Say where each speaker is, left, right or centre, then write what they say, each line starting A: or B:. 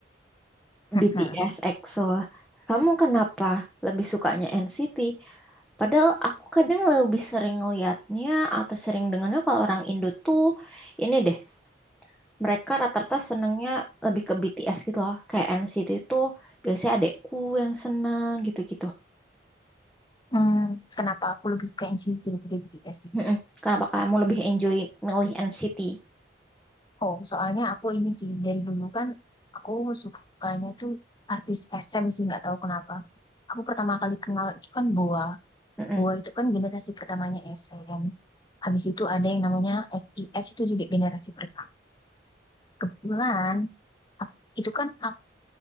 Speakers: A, on the left (about 25°); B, in the centre.
A: mm
B: BTS EXO. Kamu kenapa lebih sukanya NCT? Padahal aku kadang lebih sering liatnya atau sering dengarnya kalau orang Indo tuh ini deh, mereka rata-rata senengnya lebih ke BTS gitu loh. Kayak NCT itu biasanya adekku yang seneng gitu-gitu.
A: Hmm, kenapa aku lebih suka N C T daripada BTS sih?
B: Mm-mm. Kenapa kamu lebih enjoy milih NCT?
A: Oh, soalnya aku ini sih dari dulu kan aku sukanya tuh artis S M sih nggak tahu kenapa. Aku pertama kali kenal itu kan Boa.
B: Mm-mm.
A: Boa itu kan generasi pertamanya S M. Habis itu ada yang namanya S I S itu juga generasi pertama. Kebetulan Ak- Itu kan aku